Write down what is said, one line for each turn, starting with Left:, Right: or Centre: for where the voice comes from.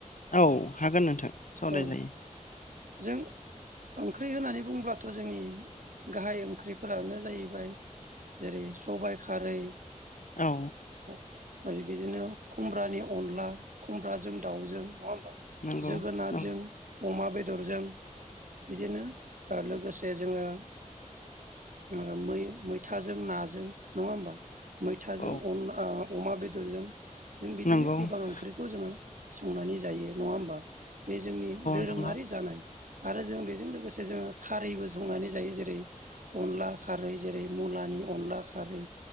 Left: औ हागोन नोंथां सावराय
Right: औ
Left: जायो।
Right: जों ओंख्रि होननानै बुंब्लाथ' जोंनि गाहाय ओंख्रिफोरानो जायैबाय जेरै सबाय खारै
Left: औ
Right: ओरै बिदिनो खुमब्रानि अनला खुम्ब्राजों दाउजों नङा
Left: नंगौ
Right: जोगोनाथजों
Left: नंगौ
Right: अमा बेदरजों बिदिनो ओ लोगोसे जोङो ओ मै मैथाजों नाजों नङा होमबा मैथाजों
Left: औ
Right: अन ओ अमा बेदरजों जों बिदिनो
Left: नंगौ औ
Right: गोबां ओंख्रिखौ जोङो संनानै जायो नङा होमबा बे जोंनि दोरोङारि
Left: नंगौ
Right: जानाय। आरो जों बेजों लोगोसे जोङो खारैबो संनानै जायो जेरै अनला खारै जेरै मुलानि अनला खारै